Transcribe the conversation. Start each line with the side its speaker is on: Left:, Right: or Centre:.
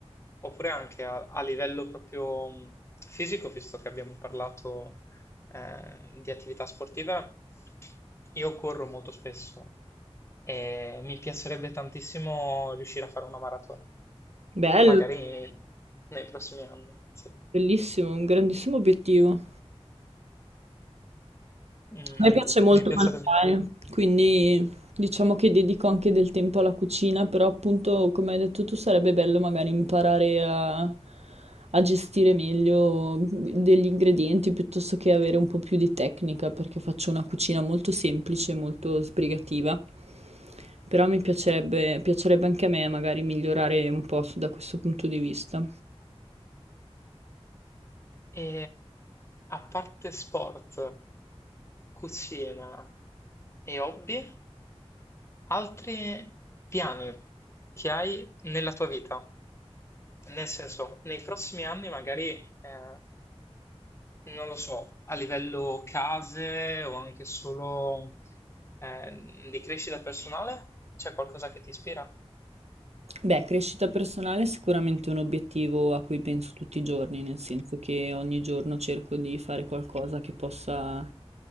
Left: Oppure anche a, a livello proprio mh, fisico, visto che abbiamo parlato eh, di attività sportiva, io corro molto spesso e mi piacerebbe tantissimo riuscire a fare una maratona,
Right: Bello,
Left: magari nei prossimi anni, sì.
Right: bellissimo, un grandissimo obiettivo.
Left: Mm,
Right: A me piace molto
Left: mi piacerebbe.
Right: mangiare, quindi diciamo che dedico anche del tempo alla cucina, però appunto, come hai detto tu, sarebbe bello magari imparare a, a gestire meglio degli ingredienti piuttosto che avere un po' più di tecnica, perché faccio una cucina molto semplice, molto sbrigativa. Però mi piacerebbe, piacerebbe anche a me magari migliorare un po' su- da questo punto di vista.
Left: E, a parte sport, cucina e hobby? Altri piani che hai nella tua vita? Nel senso, nei prossimi anni magari, eh, non lo so, a livello case o anche solo, eh, di crescita personale, c'è qualcosa che ti ispira?
Right: Beh, crescita personale è sicuramente un obiettivo a cui penso tutti i giorni, nel senso che ogni giorno cerco di fare qualcosa che possa